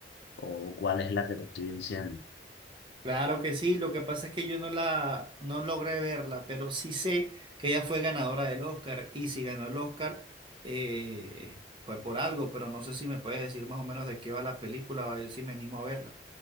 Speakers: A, on the left; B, on the right.
A: o cuál es la que te estoy diciendo.
B: Claro que sí, lo que pasa es que yo no la no logré verla, pero sí sé que ella fue ganadora del Oscar y si ganó el Oscar eh, fue por algo, pero no sé si me puedes decir más o menos de qué va la película o a ver si me animo a verla.